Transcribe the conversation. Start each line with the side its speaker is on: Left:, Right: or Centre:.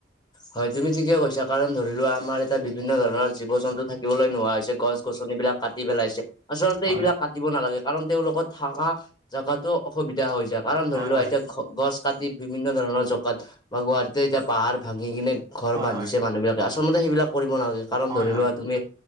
Left: হয় তুমি ঠিকে কৈছা কাৰণ ধৰি লোৱা আমাৰ এট- টা বিভিন্ন ধৰণৰ জীৱ জন্তু থাকিবলৈ নোহোৱা হৈছে, গছ গছনিবিলাক কাটি পেলাইছে। আচলতে
Right: হয়
Left: এইবিলাক কাট টিব নালাগে কাৰণ তেওঁলোকৰ থকা জেগাতো অসুবিধা হৈ যায় কাৰণ ধৰি
Right: হয়
Left: লোৱা
Right: হয়
Left: এতিয়া গছ কাটি বিভিন্ন ধৰণৰ জকাত বা গুৱাহাটীতে এতিয়া পাহাৰ ভাঙি কিনে ঘৰ
Right: হয়
Left: বান্ধিছে
Right: হয়
Left: মানুহ বিলাক। আচলমতে সেইবিলাক কৰিব নালাগে কাৰণ
Right: হয়
Left: ধৰি
Right: হয়
Left: লোৱা তুমি